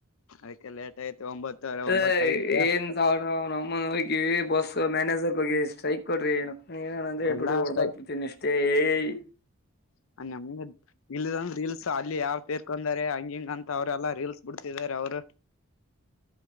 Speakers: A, on the left (about 70°); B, on the left (about 45°).
A: ಅದಕ್ಕೆ ಲೇಟ್. ಐತಿ ಒಂಬತ್ತುವರೆ
B: ಅದ
A: ಒಂಬತ್ತ ಆಗೈತೆ
B: ಏನ್ ತಾವ ನಮ್ಮನ್ ಹೋಗವಿ ಬಸ್ ಮ್ಯಾನೇಜರ್ <inaudible> ಗೆ ಸ್ಟ್ರೈಕ್ ಕೊಡ್ರಿಕ್ <inaudible> ನೀನೇನಂದ್ರೆ
A: ಎಲ್ಲಾ
B: ಇಪಾಟಿಗ್
A: ಅಷ್ಟ
B: ಹೊಡದಾಕ್ ಬಿಡ್ತೀನಿ ಅಷ್ಟೇ ಏಯ್
A: <inaudible> ನಮ ಇಲ್ಲದಂದ ರೀಲ್ಸ್ ಅಲ್ಲಿ ಯಾರ ತೇರ್ಕೊಂಡಾರೆ ಹಂಗ ಹಿಂಗ ಅಂತ ಅವ್ರೆಲ್ಲಾ ರೀಲ್ಸ್ ಬಿಡ್ತಿದಾರ ಅವರು